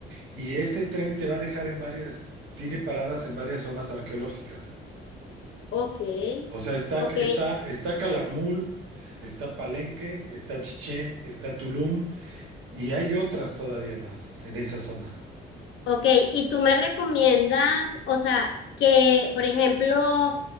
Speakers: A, on the right; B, on the left.
A: y ese tren te va a dejar en varias, tiene paradas en varias zonas arqueológicas.
B: ok,
A: O sea, está,
B: ok,
A: está, está Calakmul, está Palenque, está Chichén, está Tulum y hay otras todavía más en esa zona.
B: Ok, y tú me recomiendas, o sea, que, por ejemplo,